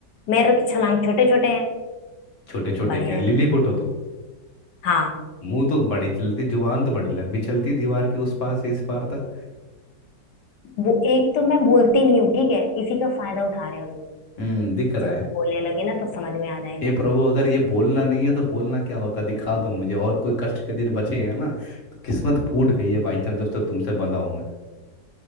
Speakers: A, on the left; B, on the left.
A: मेरे तो छलांग छोटे छोटे हैं
B: छोटे छोटे
A: बढ़िया
B: क्या लिली
A: है
B: हो तुम
A: हाँ
B: मुंह तो बड़ी चलती जुबान तो बड़ी लंबी चलती दीवार के उस पार से इस पार तक
A: वो एक तो मैं बोलती नहीं हूँ ठीक है इसी का फायदा उठा रहे हो तुम
B: हम्म दिख
A: जिस
B: रहा है
A: दिन बोलने लगे ना तो समझ में आ जाएगा
B: हे प्रभु अगर ये बोलना नहीं है तो बोलना क्या होता है, दिखा दो मुझे और कोई कष्ट के दिन बचे हैं ना तो किस्मत फूट गई है भाई साहब जब से तुमसे बंधा हूं मैं